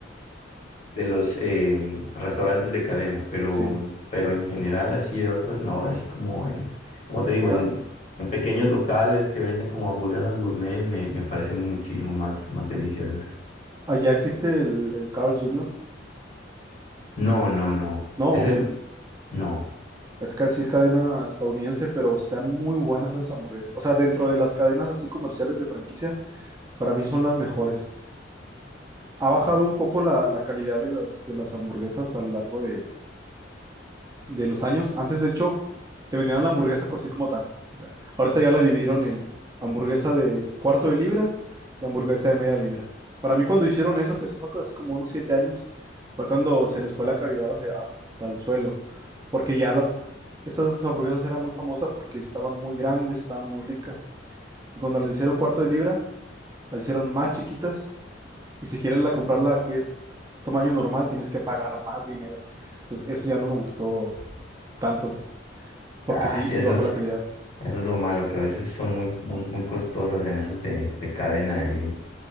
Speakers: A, on the left; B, on the right.
A: de los em, restaurantes de cadena, pero,
B: sí.
A: pero en general así de otras no, así como en, como te digo,
B: Ah,
A: en, en pequeños locales que venden como hamburguesas gourmet me, me parecen muchísimo más, más deliciosas.
B: allá existe el, el Carl's Jr.
A: No, no, no.
B: No,
A: Ese, no.
B: es casi es cadena estadounidense, pero están muy buenas esas hamburguesas. O sea, dentro de las cadenas así comerciales de franquicia, para mí son las mejores. Ha bajado un poco la, la calidad de las, de las hamburguesas a lo largo de, de los años. Antes, de hecho, te vendían la hamburguesa co- así como tal. O sea, ahorita ya la dividieron en hamburguesa de cuarto de libra y hamburguesa de media libra. Para mí, cuando hicieron eso, que eso fue hace como unos siete años, fue cuando se les fue la calidad o sea, hasta el suelo. Porque ya las, esas hamburguesas eran muy famosas porque estaban muy grandes, estaban muy ricas. Y cuando les hicieron cuarto de libra, las hicieron más chiquitas. Y si quieres la comprarla que es tamaño normal, tienes que pagar más dinero. Entonces, eso ya no me gustó tanto. Porque
A: Ah,
B: sí,
A: sí,
B: sí
A: eso
B: bajó
A: es,
B: la calidad.
A: eso es lo malo, que a veces son muy, muy, muy costosas en esos de, de cadena y,